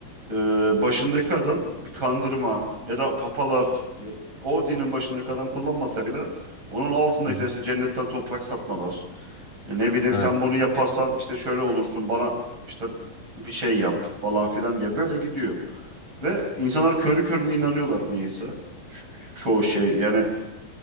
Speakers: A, on the right; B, on the left.
A: e, başındaki adam bir kandırma ya da papalar e, o dinin başındaki adam kullanmasa bile onun altındakiler
B: Hı hı,
A: işte cennetten toprak satmalar. E, ne bileyim
B: evet.
A: sen bunu yaparsan işte şöyle olursun bana işte bir şey yap falan filan diye böyle gidiyor. Ve insanlar körü körüne inanıyorlar niyeyse. Çoğu şey yani